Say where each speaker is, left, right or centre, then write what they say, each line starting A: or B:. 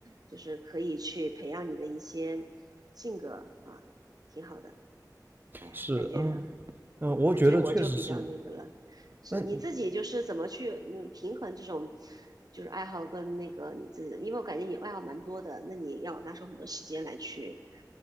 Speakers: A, on the right (about 60°); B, on the right (about 30°).
A: 就是可以去培养你的一些性格啊，挺好的。哎呀，
B: 是，
A: 感觉，
B: 嗯嗯，
A: 嗯，
B: 我觉得确实是。
A: 感觉我就比较那个了。是你自己就是怎么去嗯平衡这种
B: 那
A: 就是爱好跟那个你自己的，因为我感觉你爱好蛮多的，那你要拿出很多时间来去